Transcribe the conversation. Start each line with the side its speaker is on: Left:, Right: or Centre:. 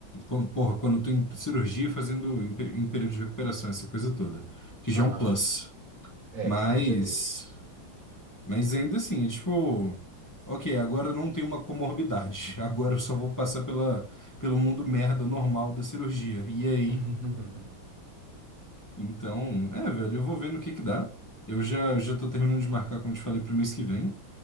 Left: Quando, porra, quando eu tô em cirurgia fazendo em, peri- em período de recuperação, essa coisa toda. Que já
Right: aham.
Left: é um plus.
Right: É,
Left: Mas,
Right: com certeza.
Left: mas ainda assim, é tipo, ok, agora eu não tenho uma comorbidade. <laughs> Agora eu só vou passar pela, pelo mundo merda normal da cirurgia. E aí?
Right: <laughs>
Left: Então, é, velho, eu vou vendo o que que dá. Eu já,
Right: Hum,
Left: já tô terminando de marcar, como eu te falei, pro mês que vem.